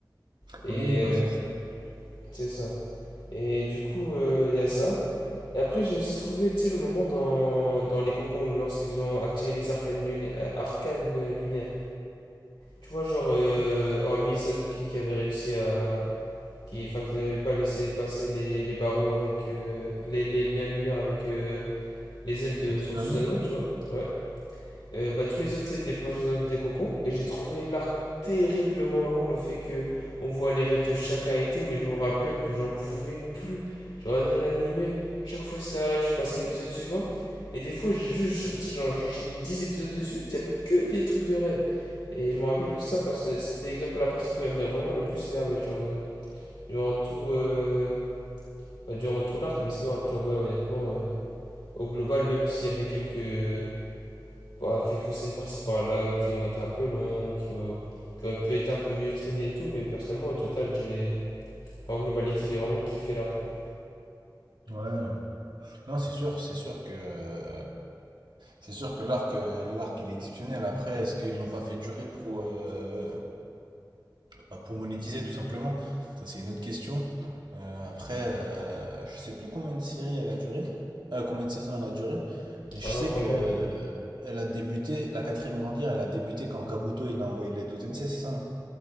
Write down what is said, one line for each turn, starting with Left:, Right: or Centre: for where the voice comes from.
Left: Et.
Right: Oui, oui, non, c'est
Left: euh,
Right: sûr.
Left: c'est ça. Et du coup, euh, il y a ça. Et après, j'ai aussi trouvé, tu sais, le moment dans, dans les cocons, lorsqu'ils ont activé les arcanes, nul- euh, arcanes lunaires. Tu vois, genre, euh, hormis Sasuke qui avait réussi à... qui, enfin, qui n'avait pas laissé passer les, les barreaux avec... euh, les, les- la lumière avec euh, les ailes de
Right: Personnellement?
Left: son Susanoo, tu vois. Ouais. Euh, bah, tous les autres c'était plongés dans des cocons et j'ai trouvé l'arc terriblement long, le fait que on voit les rêves de chacun et tout, mais je me rappelle que j'en pouvais plus. Je regardais l'animé, chaque fois c'était un rêve, je passais à l'épisode suivant et des fois juste, tu sais, j'enchaînais 10 épisodes de suite, il y avait que des trucs de rêve. Et je me rappelle que ça, personnel- c'était l'exemple, de la partie qui m'avait vraiment le plus énervé, genre euh, durant tout, euh, bah, durant tout l'arc, mais sinon après ouais honnêtement euh, au global même s'il y avait quelques voilà, quelques scènes par-ci par-là qui ont été un peu longues, qui, ont- qui auraient pu être un peu mieux traitées et tout, mais personnellement, au total, j'ai. enfin, en globalité, j'ai vraiment kiffé l'arc, quoi.
Right: Ouais. Non, c'est sûr, c'est sûr que euh, c'est sûr que l'arc euh, l'arc il est exceptionnel. Après, est-ce qu'ils l'ont pas fait durer pour euh, bah, pour monétiser tout simplement? Ça, c'est une autre question. Euh, après, euh, je sais plus combien de séries elle a duré, euh, combien de saisons elle a duré, mais je
Left: Ah,
Right: sais
Left: pas
Right: que
Left: mal,
Right: euh,
Left: hein.
Right: elle a débuté la quatrième grande guerre. Elle a débuté quand Kabuto il a envoyé l'aide au Tensei, c'est ça? hein